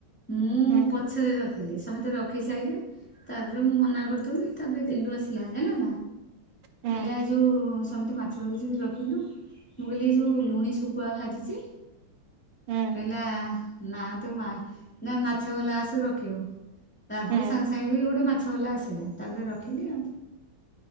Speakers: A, in the centre; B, on the right.
A: ମୁଁ ପ
B: ହୁଁ
A: ପଛରେ ରଖିଲି ସମସ୍ତେ ରଖି ସାଇଲେ ତାପରେ ମୁଁ ମନା କରୁଥିଲି ତାପରେ ଦିଲୁ ଆସିକି ଦେଲା ହେଲାନା
B: ହୁଁ
A: ହେଲା ଏଇ ଯୋଉଁ ସ <inaudible> ରଖି ଯେମିତି ରଖିଲୁ ମୁଁ କହିଲି ଏ ଯେଉଁ ଲୁଣି ଶୁଖୁଆ ଭାଜିଛି।
B: ହୁଁ
A: କହିଲା ନା ତୁ ନା ମାଛ ବଲା ଆସୁ ରଖିବୁ। ତାପରେ
B: ହୁଁ
A: ସାଙ୍ଗେ ସାଙ୍ଗେ ବି ଗୋଟେ ମାଛ ବାଲା ଆସିଲା ତାପରେ ରଖିଲି ଆଉ।